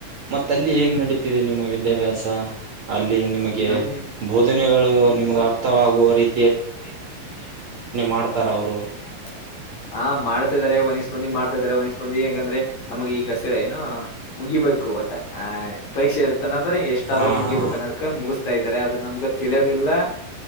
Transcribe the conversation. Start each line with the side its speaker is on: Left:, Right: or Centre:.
Right: ಮತ್ತ ಅಲ್ಲಿ ಹೇಗೆ? <unintelligible> ನಡಿತಿದೆ ನಿಮ್ಮ ವಿದ್ಯಾಅಭ್ಯಾಸ ಅಲ್ಲಿ ನಿಮಗೆ
Left: ನಮ
Right: ಬೋಧನೆಗಳು ನಿಮಗ ಅರ್ಥವಾಗುವ ರೀತಿ <unintelligible>
Left: ಅರ್ಥವಾಗುವ ರೀತಿಯಲ್ಲಿ
Right: ಮಾಡ್ತಾರ ಅವರು
Left: ಬೋಧನೆ ಮಾಡ್ತಾರ ಅವರು. <inaudible> <unintelligible> ಹಾ ಮಾಡ್ತಿದಾರೆ ಒಂದ್ ಇಸ್ಟ ಮಂದಿ ಮಾಡ್ತಿದಾರೆ ಒಂದಿಸ್ ಮಂದಿ ಹೇಗ್ ಅಂದರೆ ನಮಗ ಈಗ ಗಸರ ಏನು? <inaudible> <unintelligible> ಮುಗಿಬೇಕು ಒಟ್ಟ ಆ <unintelligible> ಪರೀಕ್ಷೆ ಇರ್ತನಂದ್ರೆ ಎಷ್ಟ ಆದ್ರು
Right: ಹಾ
Left: ಮುಗಿಬೇಕ
Right: ಹಾ
Left: ಅನ್ನೋದಕ ಮುಗಿಸ್ತಾ ಇದ್ದಾರೆ ಅದು ನಮಗ ತಿಳಿಯೋದಿಲ್ಲ. <unintelligible>